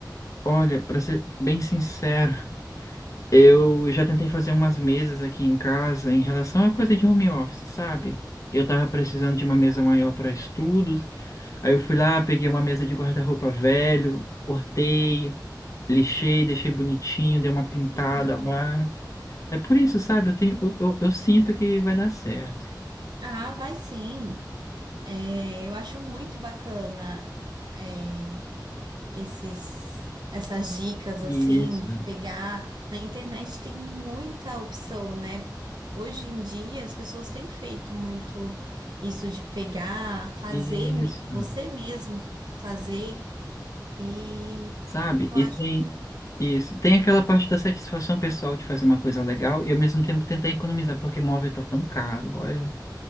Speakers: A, on the left (about 45°); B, on the right (about 75°).
A: Olha, para ser bem sincero. Eu já tentei fazer umas mesas aqui em casa em relação a coisa de home office, sabe? Eu tava precisando de uma mesa maior para estudos, aí eu fui lá, peguei uma mesa de guarda-roupa velho, cortei, lixei, deixei bonitinho, dei uma pintada
B: Legal.
A: lá. É por isso, sabe? Eu tenho, eu, eu, eu sinto que vai dar certo.
B: Ah, vai sim. É, eu acho muito bacana. é, esses essas dicas
A: Isso,
B: assim de pegar na internet tem muita opção, né? Hoje em dia as pessoas têm feito muito isso de pegar, fazer
A: isso.
B: me- você mesmo fazer e
A: Sabe?
B: eu
A: E
B: acho
A: tem
B: muito,
A: isso. Tem aquela parte da satisfação pessoal de fazer uma coisa legal e ao mesmo tempo tentar economizar, porque móvel tá tão caro, olha.